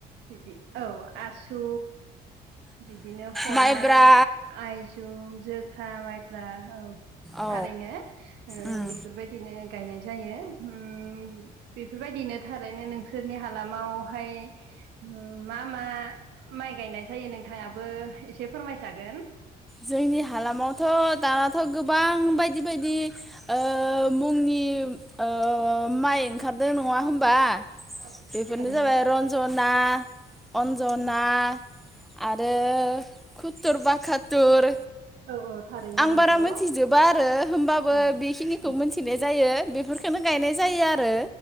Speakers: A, on the right; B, in the centre.
A: बिदि औ आसु बिदिनो खरमा,
B: माइब्रा
A: आइजुं जोसा माइफ्रा औ
B: औ
A: थारैनो ओ
B: उम
A: बेफोरबायदिनो गायनाय जायो ओम बेफोरबायदिनो थारैनो नों सोरनि हालामावहाय ओ मा मा माइ गायनाय जायो नोंथाङाबो एसे फोरमायजागोन
B: जोंनि हालामावथ दानाथ गोबां बायदि बायदि ओ मुंनि ओ माइ ओंखारदों नङा होनबा?
A: औ
B: बेफोरनो
A: थारैनो
B: जाबाय रन्जना अन्जना
A: औ
B: आरो <inaudible> दुर
A: औ औ थारैनो
B: <inaudible> आं
A: नंगौ
B: बारा मोनथिजोबा आरो होमबाबो
A: ओं
B: बेखिनिखौ
A: ओं
B: मोनथिनाय जायो बेफोरखौननो गायनाय
A: ओं
B: जायो आरो